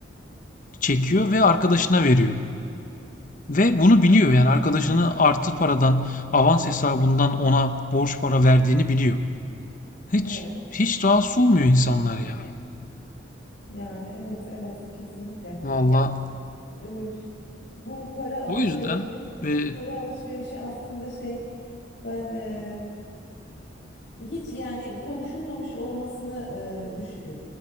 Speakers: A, on the left; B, on the left.
A: çekiyor ve arkadaşına veriyor. Ve bunu biliyor yani arkadaşını artı paradan avans hesabından ona borç para verdiğini biliyor. Hiç
B: Evet
A: hiç rahatsız olmuyor insanlar ya. Evet.
B: yani evet evet kesinlikle.
A: Valla
B: Üf, bu para alışverişi
A: o yüzden e,
B: para alışverişi aslında şey ben e, Hiç yani konuşulmamış olmasını e, düş- e,